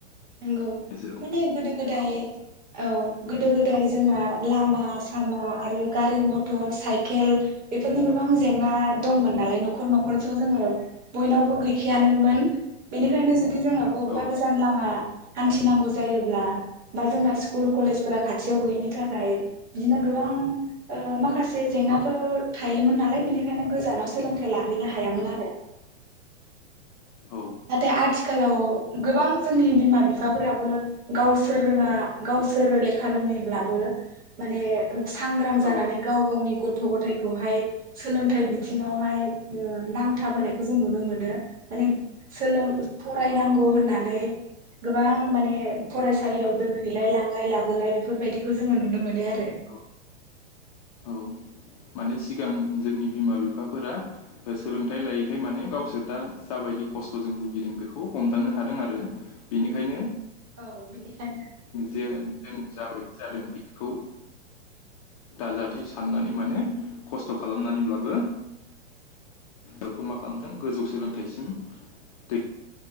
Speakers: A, on the right; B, on the left.
A: नंगौ
B: नोजोराव
A: माने गोदो गोदाय औ गोदो गोदाय जोंना लामा सामा आरो गारि मथर साइकेल बेफोरनि गोबां जेंना दंमोन नालाय न'खर न'खरथ' जोङो बयनावबो गैखायानोमोन बेनिखायनो जुदि जों अबावबा
B: औ
A: गोजान लामा हान्थिनांगौ जायोब्ला बा जोंना स्कुल कलेजफोरा हान्थिनांगौ जायोब्ला बा जोंना स्कुल कलेजफ्रा खाथियाव गैयिनि थाखाय बिदिनो गोबां माखासे जेंनाफोर थायोमोन नालाय बेनिखायनो गोजानाव सोलोंथाइ लाहैनो हायामोन आरो
B: औ
A: नाथाय आथिखालाव गोबां जोंनि बिमा-बिफाफोराबो गावसोर रोङा गावसोर लेखा रोङैब्लाबो माने सांग्राम
B: औ
A: जानानै गाव गावनि गथ' गथायाइखौहाय सोलोंथाइ बिथिङावहाय नांथाबोनायखौ जों नुनो मोनो माने सोलों फरायनांगौ
B: औ
A: होननानै गोबां माने फरायसालियाव दोनहैलाय लांलाय लाबोलाय बेफोरबायदिखौ जोङो नुनो मोनो आरो।
B: औ औ माने सिगां जोंनि बिमा बिफाफोरा सोलोंथाइ लायैखाय माने गावसोर दा जाबायदि खस्थ'जों भुगिदों बेखौ हमदांनो हादों आरो बेनिखायनो
A: औ बेनिखायनो
B: जे जों जाबाय जादों बेखौ दाजाथै साननानै माने खस्थ' खालामनानैब्लाबो बेखौ मा खालामदों गोजौ सोलोंथाइसिम दै